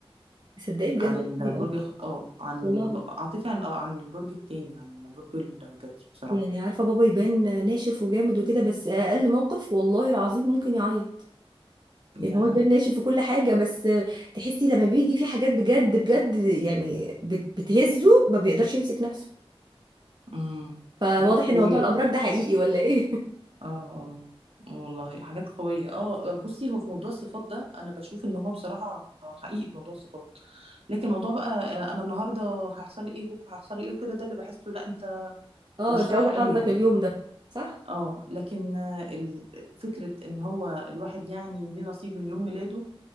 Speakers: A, on the right; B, on the right.
A: تصدقي بجد
B: عن البرج
A: والله اه
B: الخ- اه عن
A: والله
B: عاطفي عن اه عن البرج التاني عن برج الجدي بصراحه
A: يعني عارفة بابا يبان ناشف وجامد وكده بس اقل موقف والله العظيم ممكن يعيط يعني
B: ياه
A: هو البان ناشف في كل حاجة بس تحسي لما بيجي في حاجات بجد بجد يعني بت- بتهزه ما بيقدرش يمسك نفسه
B: امم
A: فواضح
B: حاجات قويه
A: ان موضوع الابراج ده حقيقي ولا ايه
B: اه اه آه والله حاجات قوية اه آه، بصي هو في موضوع الصفات ده انا بشوف ان هو بصراحة حقيقي في موضوع الصفات لكن موضوع بقى آه، انا النهاردة هيحصل لي ايه وبكرة هيحصل لي ايه وكده ده اللي بحسه لا انت
A: <laughs>
B: انت
A: اه
B: مش
A: جو
B: صح
A: حظك
B: قوي يعني
A: اليوم ده صح
B: اه لكن آه، ال- فكرة ان هو الواحد يعني ليه نصيب من يوم ميلاده